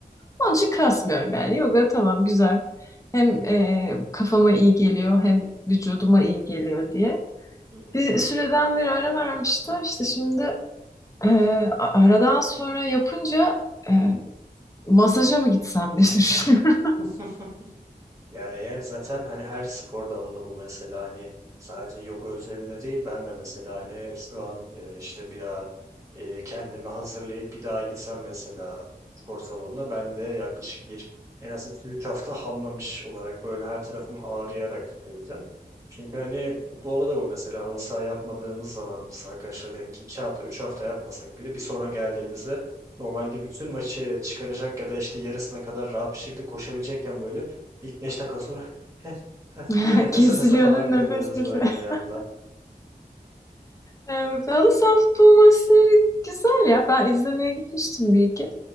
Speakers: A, on the left; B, on the right.
A: Onun için kasmıyorum yani. Yoga tamam güzel. Hem e, kafama iyi geliyor hem vücuduma iyi geliyor diye.
B: Hı
A: Bir süreden beri öyle vermişti. İşte şimdi e, a- aradan sonra yapınca e, masaja mı gitsem diye düşünüyorum.
B: hı. <laughs> Ya eğer zaten hani her spor dalında bu mesela hani sadece yoga özelinde değil ben de mesela hani şu an e, işte bir daha e, kendimi hazırlayıp bir daha gitsem mesela spor salonuna ben de yaklaşık bir en az iki üç hafta hamlamış olarak böyle her tarafım ağrıyarak geleceğim. Çünkü hani futbolda da bu mesela halı saha yapmadığımız zaman biz arkadaşlar diyelim ki 2 hafta 3 hafta yapmasak bile bir sonra geldiğimizde normalde bütün maçı çıkaracak ya da işte yarısına kadar rahat bir şekilde koşabilecekken böyle İlk 5 dakika sonra <laughs> "Heh, heh"
A: <laughs>
B: diye nefes
A: Kesiliyor
B: nefese falan
A: değil mi?
B: kalıyoruz
A: Nefes kesiliyor.
B: böyle
A: <laughs>
B: bir anda.
A: E, halı saha futbol maçları güzel ya. Ben izlemeye gitmiştim bir iki.